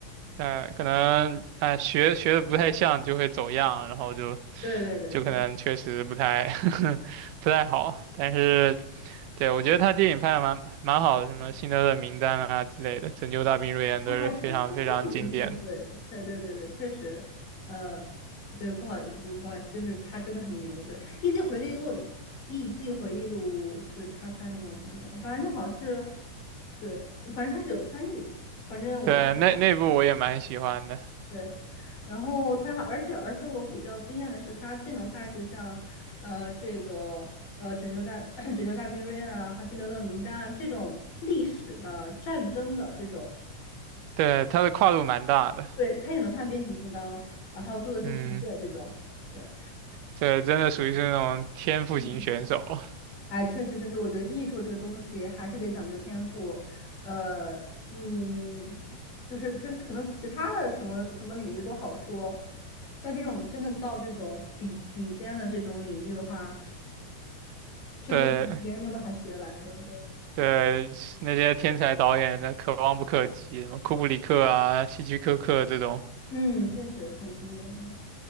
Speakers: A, on the right; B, on the left.
A: 呃，可能哎、学学的不太像就会走样，然后就
B: 对对对，
A: 就可能确实不太
B: 就
A: <laughs> 不太好。但是对我觉得他电影拍的蛮蛮好的，什么《辛德勒名单》啊之类的，《拯救大兵瑞恩》都是非常非常经典的。
B: 哎他相当努力，对，对对对对，确实，呃，对，不好，意就不好意思，就是他真的很牛，对，《艺伎回忆录》，《艺伎回忆录》是他拍的吗？我想想，反正他好像是，对，反正他是有参与，反正我当时
A: 对，那那部我也蛮喜欢的，
B: 对，然后他，而且而且我比较惊艳的是，他既能拍，就像，呃，这个。呃，拯救大 <clears throat> 拯救大兵瑞恩啊，还有辛德勒名单啊，这种历史的战争的这种。
A: 对，他的跨度蛮大的。
B: 对，他也能判变形金刚，呃，还有《侏罗纪世界》这种。
A: 嗯，
B: 对，
A: 这真的属于是那种天赋型选手。
B: 嗯，哎，确实，确实，我觉得艺术这个东西还是得讲究天赋，呃，嗯，就是就是，可能其他的什么什么领域都好说，那这种真的到这种顶顶尖的这种领域的话，确实别人没有办法学来的。
A: 对
B: 对，
A: 对，那些天才导演的可望不可及，什么库布里克啊、希区柯克这种。
B: 嗯，确实很经典，很经典。